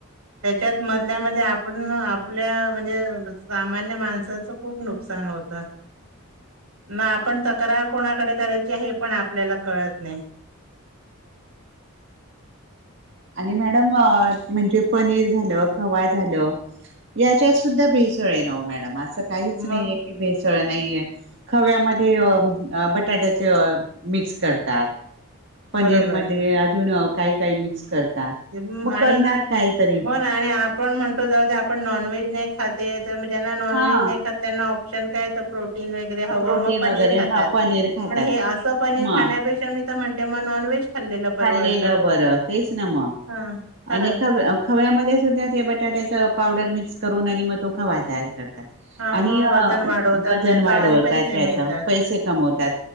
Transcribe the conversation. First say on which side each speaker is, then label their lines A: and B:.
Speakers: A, on the right; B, on the right.
A: त्याच्यात मधल्यामध्ये आपण आपल्या म्हणजे सामान्य माणसाचं खूप नुकसान होतं.
B: ह.
A: ना आपण तक्रार कोणाकडे करायची हे पण आपल्याला कळत नाही.
B: आणि मॅडम म्हणजे पनीर झालं खवा झालं. याच्यात सुद्धा भेसळ आहे नाव मॅडम असं काहीच नाहीय.
A: मग
B: भेसळ नाहीये खव्यामध्ये बटाट्याचे मिक्स करतात. पनीर
A: बरोबर
B: मध्ये अजून काही काही मिक्स करतात.
A: हम्म
B: मग
A: आणि
B: करणार काहीतरी
A: हो ना आणि पण म्हणतो जाऊद्या आपण नॉनव्हेज नाही खाते तर त्यांना नॉनव्हेज
B: हा
A: नाही खात त्यांना ऑप्शन काय तर प्रोटन वै हवं
B: प्रोटीन
A: मग पनीर
B: वगैरे
A: खाता
B: हा पनीर खातात
A: पण हे अस पनीर
B: मग
A: खाल्या पेक्षा मी तर म्हणते नॉनव्हेज खाल्लेलं परवडलं.
B: खाल्लेलं बरं तेच ना मग
A: हां खरंच
B: आणि ख खव्यामध्ये सुद्धा ते बटाट्याच पावडर मिक्स करून आणि मग तो खवा तयार करतात.
A: हां
B: आणि
A: मग वजन वाढवतात
B: वजन
A: त्याचं
B: वाढवतात
A: आणि पैसे
B: त्याच
A: मिळतात.
B: पैसे कमवतात